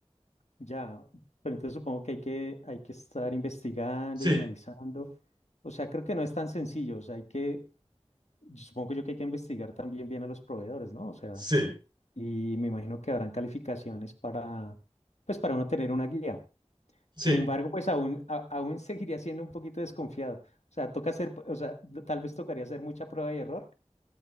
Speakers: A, on the left; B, on the right.
A: Ya, pero entonces supongo que hay que, hay que estar investigando
B: Sí,
A: y analizando. O sea, creo que no es tan sencillo. O sea, hay que, yo supongo yo que hay que investigar también bien a los proveedores, ¿no? O sea,
B: sí,
A: y me imagino que habrán calificaciones para, pues para uno tener una guía.
B: sí.
A: Sin embargo, pues aún, a- aún <laughs> seguiría siendo un poquito desconfiado. O sea, toca hacer, o sea, tal vez tocaría hacer mucha prueba y error